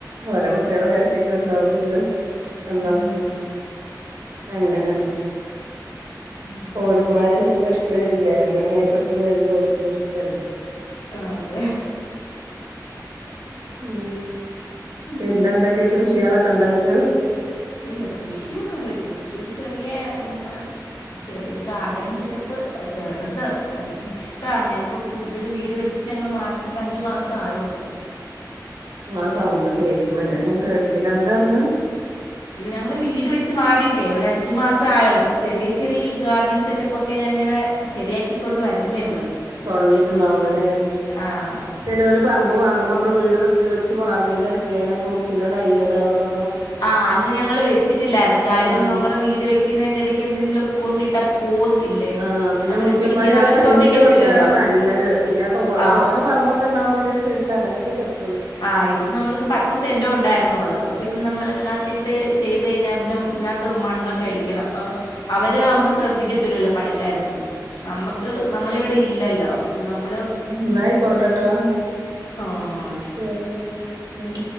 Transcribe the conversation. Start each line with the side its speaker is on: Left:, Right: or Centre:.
Right: ഓരോ കുട്ടികള് പരത്തിട്ടണ്ടാവും അപ്പോ നന്നാക്കും
Left: ആഹ്
Right: അങ്ങനെ
Left: ഉം ഉം
Right: ർ മറ സ കൃഷണ <unintelligible> വരില്ലേ കല്യാണം കഴിച്ച് കൊടുത്തുന്ന് വരുമ്പോ ഒരോർത്തട് ഇഷ്ടല്ലേ
Left: ആഹ് അതെ
Right: ഉം
Left: ഉം
Right: പിന്നെ എന്തൊക്കെ കൃഷികളൊക്കെ ഉണ്ടോ ഇങ്ങക്ക്
Left: ഇല്ല കൃഷിയൊന്നും ഇല്ല ജസ്റ്റൊരു ചെറിയ ഇങ്ങനെ ചെറിയ ഗാർഡൻ സെറ്റപ്പ് ഏ ചെറുത് എനിക്ക് ഇഷ്ടാണ് ഞാനിപ്പോ പു ഇവിടെ വീട് വെച്ച് ച്ച് ഞങ്ങള് മാറീട്ട് ഒരഞ്ചു മാസേ ആയൊള്ളൂ
Right: ആ സൗണ്ട് കേൾക്കണില്ല ഞാൻ കേട്ടില്ല എന്താന്ന്
Left: ഞങ്ങളീ വീട് വെച്ച് മാറിയിട്ടേ ഒരഞ്ചു മാസേ ആയൊളളൂ അപ്പൊ ചെറിയ ചെറിയ ഗാർഡൻ സെറ്റപ്പൊക്കെ ഞാൻ ഇങ്ങനെ ശരിയാക്കിക്കൊണ്ട് വരുന്നേയുള്ളൂ
Right: തൊടങ്ങിട്ടുണ്ടാവുള്ളു ഇല്ലേ
Left: ആഹ്
Right: ചെലോര് പറമ്പ് വാങ്ങു നമ്മള് വീട് വെക്കു വെച്ച് മാർന്നേന്റെ എടക്കേ ഏതോ ഫ്രൂട്സിന്റെ തൈയ്യൊണ്ടാരുന്നു
Left: ആ അന്ന് ഞങ്ങള് വെച്ചിട്ടില്ലാരുന്നു കാര്യം
Right: ആഹ്
Left: നമ്മള് വീട് വെയ്ക്കുന്നേന്റെ ഏടക്ക് എന്തെങ്കിലുവൊക്കെ കൊണ്ടിട്ട് അത് പോവത്തില്ലേ
Right: ആ പിന്നെ
Left: അവര്
Right: മുറ്റം
Left: പിടിക്കുന്ന
Right: പണിയൊക്കെ
Left: അവര്
Right: കഴിഞ്ഞിട്ട്
Left: ശ്രദ്ധിക്കത്തില്ലല്ലോ
Right: വെക്കുവാണ് നല്ലത് പിന്നെ തോ
Left: ആ
Right: തോനെ പറമ്പൊക്കെ ഒണ്ടാവുമ്പോ ഇവിടേലും സൈഡില് അങ്ങനൊക്കെയേ പറ്റ്
Left: ആ ഇത് നമ്മള്ക്ക് പത്ത് സെന്റേ ഉണ്ടാരുന്നോളളു അപ്പൊ പിന്നെ നമ്മൾ അതിനാത്തിട്ട് ചെയ്ത് കഴിഞ്ഞാ പിന്നെ ന്നാത്ത് മണ്ണൊക്കെ അടിക്കണം അപ്പൊ അവരാവുമ്പോ ശ്രദ്ധിക്കത്തില്ലല്ലോ പണിക്കാരൊന്നും നമ്മക്ക് നമ്മളിവിടെ ഇല്ലല്ലോ നമ്മള്
Right: എന്നാ ആയിക്കോട്ടെട്ടോ
Left: ആഹ്
Right: ഉം ഉം